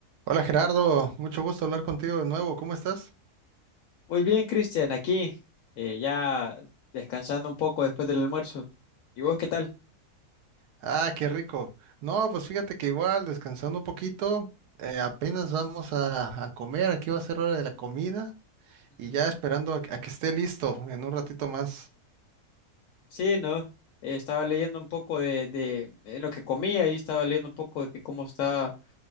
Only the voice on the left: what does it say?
Muy bien, Cristian, aquí eh, ya descansando un poco después del almuerzo. ¿Y vos qué tal?
Ujú.
Sí, ¿no? Eh, estaba leyendo un poco de, de, eh, lo que comía y estaba leyendo un poco de que cómo está